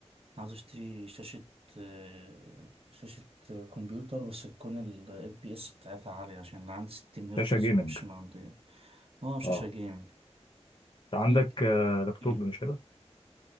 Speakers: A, on the right; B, on the left.
A: عاوز أشتري شاشة آه، شاشة آه، كمبيوتر بس تكون ال FPS بتاعتها عالية عشان اللي عندي 60 هرتز
B: شاشة جيمنج
A: ومش معدية اه شاشة
B: اه
A: جيمنج
B: انت
A: في
B: عندك آه، لابتوب
A: مم.
B: مش كده؟